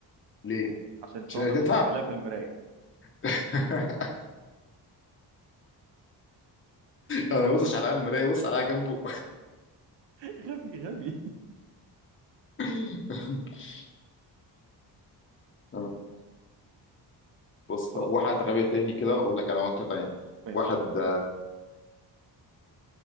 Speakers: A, on the left; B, on the right.
A: ليه
B: عشان السواق
A: مش هتدفع
B: ما يبصش عليها في المرايه
A: <laughs> انا بصش على المرايه بص عليها جنبه
B: <laughs> غبي غبي
A: <laughs> آه. بص طب
B: طب
A: واحد غبي تاني كده هقول لك انا نكته تانيه
B: ماشي
A: واحد